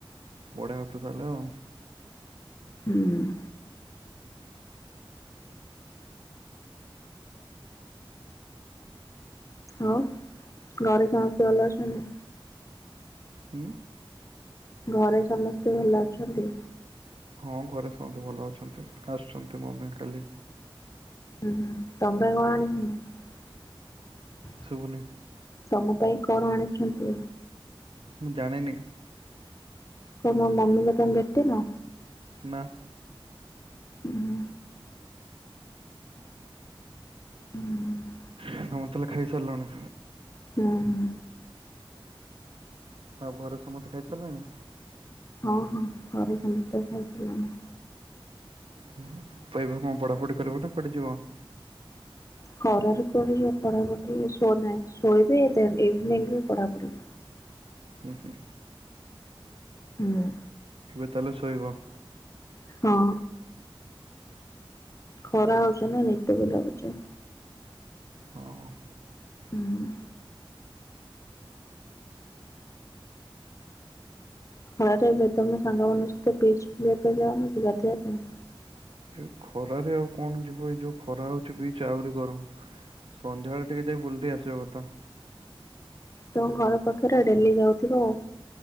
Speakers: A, on the right; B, on the left.
A: ଵଢିଆ କଥା ତାହେଲେ ଆଉ।
B: ହୁଁ। ଆଉ ଘରେ ସମସ୍ତେ ଭଲ ଅଛନ୍ତି?
A: ହୁଁ।
B: ଘରେ ସମସ୍ତେ ଭଲ ଅଛନ୍ତି?
A: ହଁ ଘରେ ସମସ୍ତେ ଭଲ ଅଛନ୍ତି ଆସୁଚନ୍ତି ମମି କାଲି।
B: ହୁଁ ହୁଁ ତମ ପାଇଁ କଣ ଆଣିଛନ୍ତି?
A: ଶୁବୁନି।
B: ତମ ପାଇଁ କଣ ଆଣିଛନ୍ତି?
A: ମୁଁ ଜାଣେନି।
B: ତମ ମମି ଙ୍କୁ ତମେ ଭେଟିନ?
A: ନା।
B: ହୁଁ। ହୁଁ।
A: ତମେ ତାହେଲେ ଖାଇ ସାରିଲଣି?
B: ହଁ ହଁ।
A: ଆଉ ଘରେ ସମସ୍ତେ ଖାଇସାରିଲେଣି?
B: ହଁ ହଁ ଘରେ ସମସ୍ତେ ଖାଇସାରିଲେଣି।
A: ହୁଁ ହୁଁ। ତ ଏବେ କଣ ପଢା ପଢି କରିବ ନା କୁଆଡେ ଯିବ?
B: ଖରାରେ କୋଉଠି ଯିବ ପଢା ପଢି ଶୋ ନାଇଁ ଶୋଇବି ଦେନ୍ ଇଭିନିଂ ରେ ପଢା ପଢି।
A: ହୁଁ ହୁଁ।
B: ହୁଁ।
A: ଏବେ ତାହେଲେ ଶୋଇବ?
B: ହଁ। ଖରା ହଉଚି ନା ନିଦ ବି ଲାଗୁଚି।
A: ହଁ
B: ଉଁ ଉଁ। ଖରା ତ ଏବେ ତମେ ସାଙ୍ଗମାନଙ୍କ ସହିତ ବିଚ୍ ବୁଲିଆ ପାଇଁ ଯାଉନ କି ଗାଧେୟା ପାଇଁ?
A: ଏ ଖରାରେ ଆଉ କଣ ଯିବୁ ଏଇ ଯୋଉ ଖରା ହଉଛି ବିଚ୍ ଆହୁରି ଗରମ। ସନ୍ଧ୍ୟାବେଳେ ଟିକେ ଯାଇ ବୁଲି ଦେଇ ଆସିବା କଥା।
B: ତମ ଘର ପାଖେରେ ଡେଲି ଯାଉଥିବ ଆଉ।